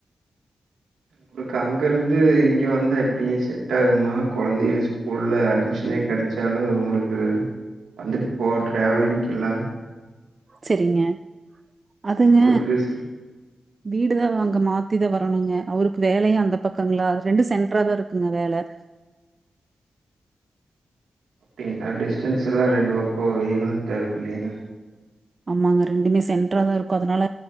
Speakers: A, on the right (about 85°); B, on the right (about 50°).
A: உங்களுக்கு அங்க இருந்து இங்க வந்த எப்படியே <unintelligible> ட்டாகுமா கொழந்தைகள் ஸ்கூல்ல அட்மிஷனே கெடைச்சாலு உங்களுக்கு வந்துட்டு போ ட்ராவலிங்குகெல்லா
B: செரிங்க அதுங்க
A: உங்களுக்கு ரிஸ்க்
B: வீடுதா அங்க மாத்திதா வரணுங்க அவருக்கு வேலையு அந்த பக்கங்களா ரெண்டு சென்டரா தா இருக்குங்க வேல
A: அப்படிங்களாடிஸ்டன்ஸ் எல்லா ரெண்டு பக்கோ ஈவனதா இருக்கு இல்லைங்கலா
B: ஆமாங்க ரெண்டுமே சென்றாதா இருக்கு அதனால